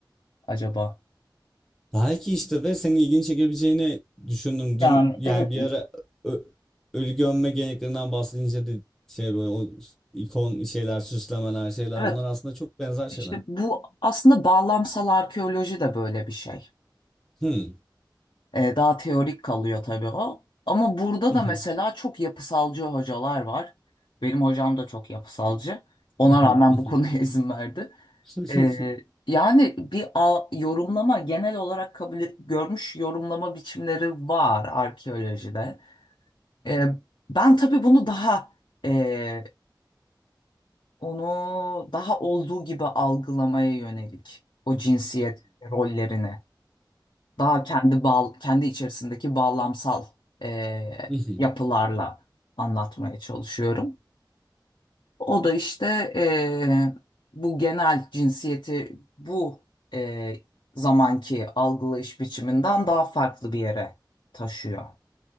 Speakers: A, on the left; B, in the centre.
A: acaba?
B: belki işte ve senin ilgini çekebileceğini düşündüm.
A: Yani
B: Dün yani
A: evet
B: bir ara ö- ölü gömme geleneklerinden bahsedince de şey böyle o ikon şeyler, süslemeler, şeyler
A: Evet,
B: bunlar aslında çok benzer
A: işte
B: şeyler.
A: bu aslında bağlamsal arkeoloji de böyle bir şey.
B: hmm
A: Ee, daha teorik kalıyor tabii o. Ama burada
B: <laughs>
A: da mesela
B: <laughs>
A: çok yapısalcı hocalar var. Benim hocam da çok yapısalcı. Ona
B: <laughs>
A: rağmen bu konuya <laughs> izin verdi.
B: <laughs>
A: Ee, yani bir a- yorumlama genel olarak kabul et- görmüş yorumlama biçimleri var arkeolojide. Ee, ben tabii bunu daha e, onu daha olduğu gibi algılamaya yönelik o cinsiyet rollerini daha kendi bağ, kendi içerisindeki bağlamsal e,
B: <laughs>
A: yapılarla
B: <laughs>
A: anlatmaya çalışıyorum. O da işte eee, bu genel cinsiyeti bu eee, zamanki algılayış biçiminden daha farklı bir yere taşıyor.